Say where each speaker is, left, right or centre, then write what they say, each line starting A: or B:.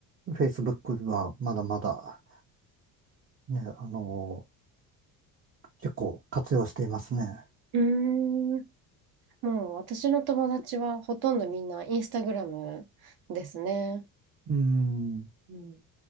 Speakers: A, on the right (about 25°); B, on the right (about 50°).
A: Facebook はまだまだ、ね、あの、結構活用していますね。
B: うん。うーんもう私の友達はほとんどみんなインスタグラムですね。
A: うん。
B: うん